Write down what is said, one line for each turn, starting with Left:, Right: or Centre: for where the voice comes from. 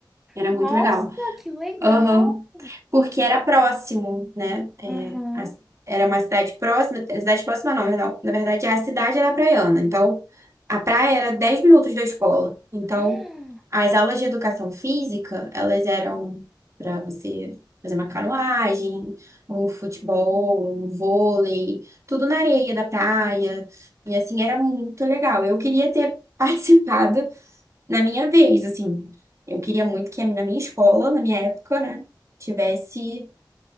Right: Era
Centre: Nossa,
Right: muito legal.
Centre: que legal!
Right: Aham. Porque era próximo, né? É,
Centre: Uhum.
Right: a- era uma cidade próxima, é, cidade próxima não, perdão. Na verdade, a cidade era praiana. Então, a praia era 10 minutos da escola. Então,
Centre: <gasps>
Right: as aulas de educação física, elas eram para você fazer uma canoagem, um futebol, um vôlei, tudo na areia da praia. E assim, era muito legal. Eu queria ter <laughs> participado na minha vez, assim. Eu queria muito que a mi- na minha escola, na minha época, né, tivesse